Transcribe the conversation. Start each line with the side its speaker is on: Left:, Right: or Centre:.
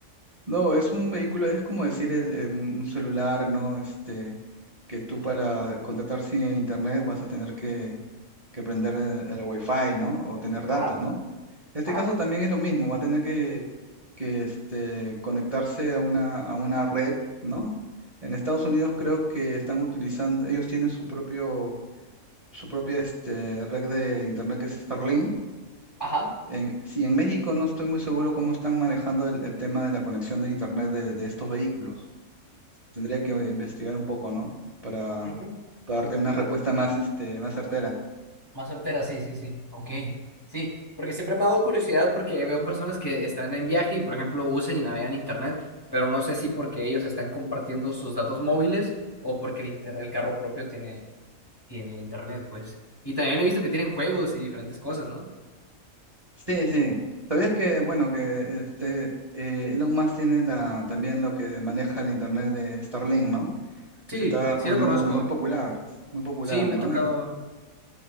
Right: No, es un vehículo, es como decir el, eh, un un celular, ¿no? Este, que tú para contactar a internet vas a tener que, que prender el, el Wi-Fi, ¿no? O tener
Left: Ajá,
Right: datos, ¿no? En este
Left: ajá.
Right: caso también es lo mismo, va a tener que, que este, conectarse a una, a una red, ¿no? En Estados Unidos creo que están utilizando, ellos tienen su propio, su propia este, red de internet que es Starlink
Left: Ajá,
Right: en, sí, en México no estoy muy seguro cómo están manejando el, el tema de la conexión de internet de, de estos vehículos. Tendría que investigar un poco, ¿no? Para,
Left: ujú.
Right: para darte una respuesta más, este, más certera.
Left: más certera, sí, sí, sí. Ok, sí, porque siempre me ha dado curiosidad porque veo personas que están en viaje y, por ejemplo, usan y navegan internet, pero no sé si porque ellos están compartiendo sus datos móviles o porque el, inter- el carro propio tiene tiene internet, pues. Y también he visto que tienen juegos y diferentes cosas, ¿no?
Right: Sí, sí. ¿Sabías que, bueno, que este, eh, Elon Musk tiene la, también lo que maneja el internet de Starlink, ¿no?
Left: Sí,
Right: Que se está
Left: sí
Right: poniendo
Left: lo conozco.
Right: muy popular, muy popular,
Left: Sí, me
Right: ¿no?
Left: ha tocado.